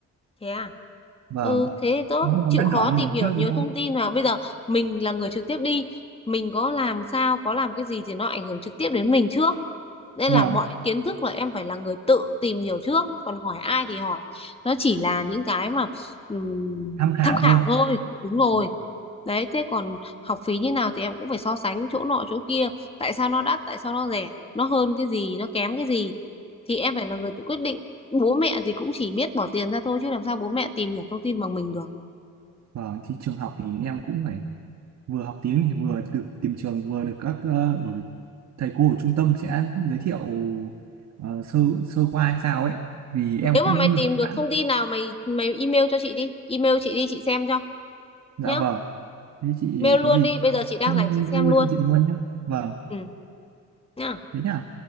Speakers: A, on the left; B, on the right.
A: thế à
B: vâng
A: Ừ, thế thì tốt,
B: nó không còn
A: chịu
B: đắt
A: khó
B: đỏ như
A: tìm
B: ngày
A: hiểu
B: trước
A: nhiều
B: nữa
A: thông tin vào. Bây giờ mình là người trực tiếp đi, mình có làm sao, có làm cái gì thì nó ảnh hưởng trực tiếp đến mình trước. Nên
B: vâng
A: là mọi kiến thức là em phải là người tự tìm hiểu trước, còn hỏi ai thì hỏi. Nó chỉ là những cái mà ừm,
B: tham khảo
A: tham khảo
B: thôi
A: thôi, đúng rồi.
B: vâng
A: Đấy, thế còn học phí như nào thì em cũng phải so sánh chỗ nọ chỗ kia, tại sao nó đắt, tại sao nó rẻ, nó hơn cái gì, nó kém cái gì thì em phải là người tự quyết định bố mẹ thì cũng chỉ biết bỏ tiền ra thôi chứ làm sao bố mẹ tìm hiểu thông tin bằng mình được
B: Vâng, thì trường học thì em cũng phải vừa học tiếng thì vừa được tìm trường vừa được các ờ, ở thầy cô ở trung tâm sẽ giới thiệu ờ, sơ sơ qua hay sao ấy vì em
A: nếu mà
B: cũng
A: mày
B: được
A: tìm được
B: bạn
A: thông tin nào mày mày email cho chị đi email chị đi chị xem cho
B: dạ
A: nhá
B: vâng thế chị
A: mail luôn
B: có gì
A: đi bây giờ chị đang
B: em
A: rảnh chị xem
B: mail
A: luôn
B: cho chị luôn nhé vâng
A: ừ nhá
B: thế nhá